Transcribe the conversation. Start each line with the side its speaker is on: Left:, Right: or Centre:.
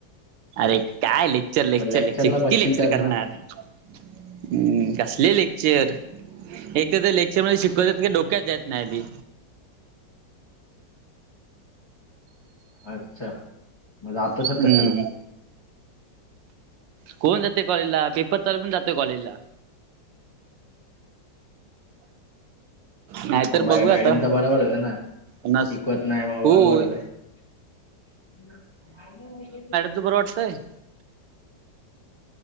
Right: अरे काय लेक्चर-लेक्चर-लेक्चर
Left: आपण लेक्चरला
Right: किती
Left: बसशील
Right: लेक्चर
Left: तर
Right: करणार?
Left: ना.
Right: हम्म कसले लेक्चर? एक तर ते लेक्चर मध्ये शिकवात डोक्यात जात नाई बी.
Left: अच्छा, मग जातोसच
Right: हम्म
Left: कशाला?
Right: कोण जातय कॉलेजला? पेपर तरी पण जातोय, कॉलेजला. नायतर
Left: मग
Right: बघू आता,
Left: मॅडमचा बरोबर होता ना?
Right: नस
Left: शिकवत नाही मग
Right: होय.
Left: बरोबरच आहे. <inaudible>
Right: तुज बर वाटतय?